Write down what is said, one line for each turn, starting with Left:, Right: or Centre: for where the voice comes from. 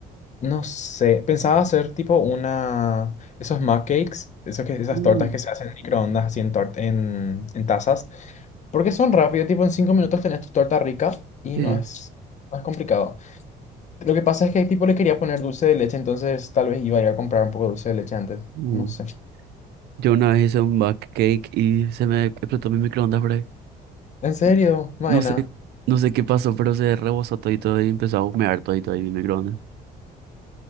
Left: No sé, pensaba hacer tipo una, esos mug cakes, esos que, esas
Right: Mm,
Left: tortas que se hacen en microondas, así en, tor- en, en tazas, porque son rápido, tipo en cinco minutos tenés tu torta rica y
Right: Sí.
Left: no es, no es complicado. Lo que pasa es que tipo le quería poner dulce de leche, entonces tal vez iba a ir a comprar un poco de dulce de leche antes,
Right: Mm.
Left: no sé.
Right: Yo una vez hice un back cake y se me explotó mi microondas por ahí.
Left: ¿En serio, Maena?
Right: No sé, no sé qué pasó, pero se rebosó todito y empezó a humear todito ahí mi microondas.